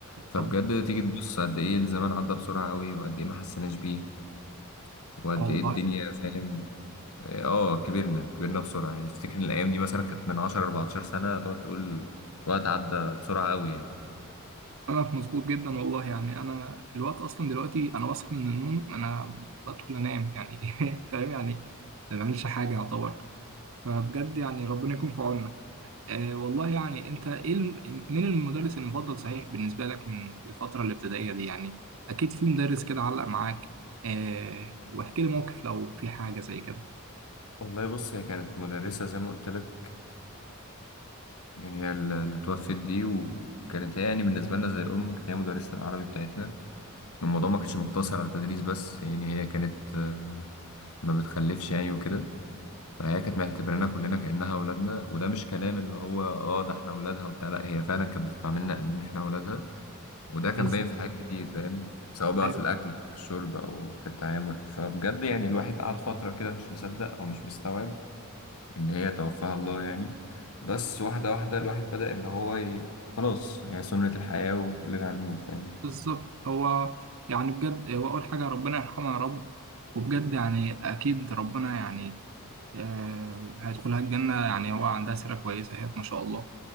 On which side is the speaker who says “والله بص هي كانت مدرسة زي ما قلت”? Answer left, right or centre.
Left